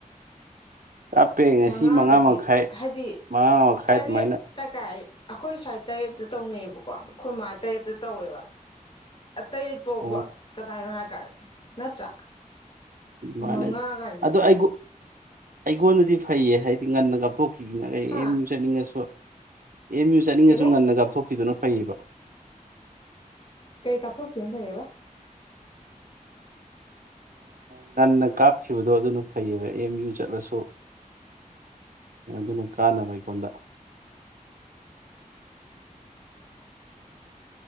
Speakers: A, on the right; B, on the left.
A: ꯀꯥꯞꯄꯦ ꯉꯁꯤ
B: ꯃꯉꯥꯗꯨꯗꯤ
A: ꯃꯉꯥ ꯃꯈꯥꯏ
B: ꯍꯥꯏꯗꯤ
A: ꯃꯉꯥ ꯈꯔ
B: ꯇꯔꯦꯠꯇ
A: ꯑꯗꯨꯃꯥꯏꯅ
B: ꯀꯥꯏ ꯑꯩꯈꯣꯏ ꯁ꯭ꯋꯥꯏ ꯇꯔꯦꯠꯇ ꯇꯧꯅꯩꯌꯦꯕꯀꯣ ꯑꯩꯈꯣꯏ ꯃꯥ ꯇꯔꯦꯠꯇ ꯇꯧꯋꯦꯕ ꯇꯔꯦꯠ ꯐꯥꯎꯕ
A: ꯑꯣ
B: ꯀꯗꯥꯏꯅꯣ ꯍꯥꯏ ꯅꯠꯇ꯭ꯔ
A: ꯑꯗꯨꯃꯥꯏꯅ
B: ꯃꯉꯥ ꯒꯥꯏꯗꯨꯗꯤ
A: ꯑꯗꯣ ꯑꯩꯒꯣꯟ ꯑꯩꯉꯣꯟꯗꯗꯤ ꯐꯩꯌꯦ ꯍꯥꯏꯗꯤ ꯉꯟꯅꯒꯀꯣ ꯑꯩ
B: ꯍꯥ
A: ꯑꯦꯝ ꯌꯨ ꯆꯠꯅꯤꯡꯉꯁꯨ ꯑꯦꯝ ꯌꯨ ꯆꯠꯅꯤꯡꯉꯁꯨ
B: ꯀꯩꯕ
A: ꯉꯟꯅ ꯀꯥꯞꯊꯣꯛꯈꯤꯗꯨꯅ ꯐꯩꯌꯦꯕ
B: ꯀꯩ ꯀꯥꯞ ꯊꯣꯛꯈꯤꯕ ꯐꯩꯌꯦꯕ
A: ꯉꯟꯅ ꯀꯥꯞꯈꯤꯕꯗꯣ ꯑꯗꯨꯅ ꯐꯩꯌꯦꯕ ꯑꯦꯝ ꯌꯨ ꯆꯠꯂꯁꯨ ꯑꯗꯨꯅ ꯀꯥꯟꯅꯕ ꯑꯩꯉꯣꯟꯗ